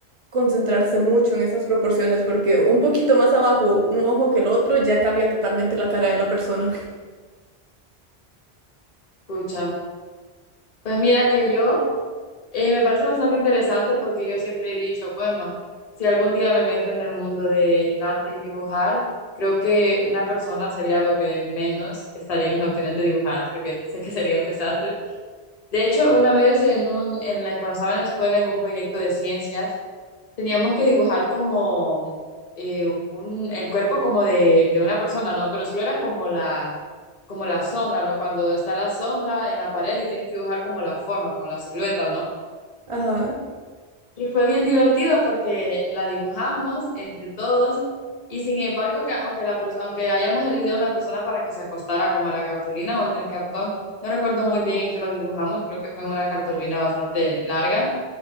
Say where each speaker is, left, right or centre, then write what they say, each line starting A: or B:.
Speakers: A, on the right (about 55°); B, on the left (about 40°).
A: concentrarse mucho en esas proporciones, porque un poquito más abajo, un ojo que el otro, ya cambia totalmente la cara de la persona.
B: Pucha. Pues mira que yo Eh, me parece bastante interesante porque yo siempre he dicho, bueno, si algún día me meto en el mundo del arte y dibujar, creo que una persona sería lo que menos estaría en mis opciones de dibujar, porque sé que sería un desastre. De hecho, una vez en un, en la, cuando estaba en la escuela en un proyecto de ciencias, teníamos que dibujar como eh, un, el cuerpo como de, de una persona, ¿no? Pero solo era como la, como la sombra, ¿no? Cuando está la sombra en la pared y tienes que dibujar como la forma, como la silueta, ¿no?
A: <laughs> Ajá,
B: Y fue bien divertido porque la dibujamos entre todos y sin embargo, que aunque, la, pers- aunque hayamos elegido a una persona para que se acostara como en la cartulina o en el cartón, no recuerdo muy bien en qué lo dibujamos, creo que fue en una cartulina bastante larga.